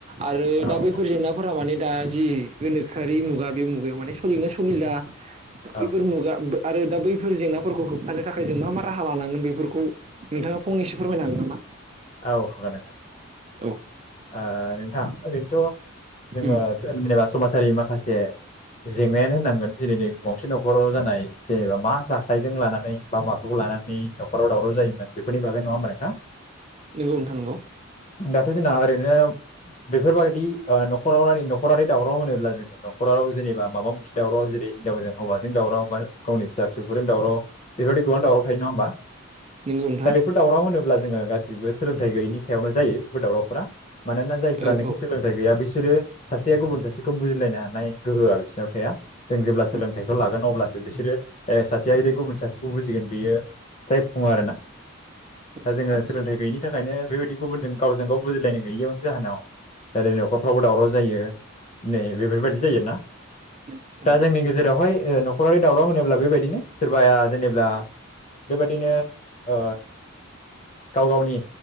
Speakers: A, on the right; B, on the left.
A: आरो
B: औ
A: दा बैफोर
B: औ
A: जेंनाफोरा माने दा जि गोनोखोआरि मुगा बे मुगायाव माने सलियोना सलिला बैफोर
B: औ
A: मुगा आरो दा बैफोर जेंनाफोरखौ होबथानो थाखाय जों मा मा राहा लानांगोन बेफोरखौ नोंथाङा फंनैसो फोरमायनो हागोन नामा
B: औ हागोन नोंथां
A: औ
B: ओ नोंथां ओरैनोथ' जोंङो
A: उम
B: जेनेबा समाजारि माखासे जेंनायानो होननांगोन दिनै नै गंसे न'खराव जानाय जेनेबा मा जाथायखौ लानानै बा माखौ लानानै लानानै नखराव जायोमोन बेफोरनि बागै नङा होनबा नोंथां
A: नोंगौ नोंथां नोंगौ
B: दाथ' जोंना <inaudible> बेफोरबायदि ओ न'खराव न'खरारि दावराव होनोब्ला जोंङो नखराव जेनेबा माबा मोनसे दावराव जेरै हिनजावजों हौवाजों दावराव बा गावनि फिसा फिसौफोरजों दावराव बेफोरबायदि गोबां दावराव थायो नङा होमबा
A: नंगौ नोंथां
B: दा बेफोर दावराव होनोब्ला जोंङो गासिबो सोलोंथाइ गैयैनि सायावनो जायो बेफोर दावरावफोरा मानोना जायफोरानोखि
A: औ औ
B: सोलोंथाइ गैया बिसोर बिसोरो सासेया गुबुन सासेखौ बुजिलायनो हानाय गोहोआ बिसोरनाव थाया जों जेब्ला
A: उम
B: सोलोंथाइखौ लागोन अब्ला बिसोरो सासेया गुबुन सासेखौ बुजिगोन बियो जायफुङो आरो ना
A: नंगौ
B: दा
A: नोंथां
B: जोंङो सोलोंथाइ गैयिनि थाखायनो बेबायदि गुबुनजों गावजों गाव बुजि लायनाय गैयियावनो जाहोनाव ओरै न'खरफ्रावबो दावराव जायो नै बेफोरबायदि जायो आरोना
A: नंगौ नोंथां
B: दा
A: नंगौ
B: जोंनि गेजेरावहाय ओ न'खरारि दावराव होनोब्ला बेबायदिनो सोरबाया जेनेबा बेबायदिनो ओ गाव गावनि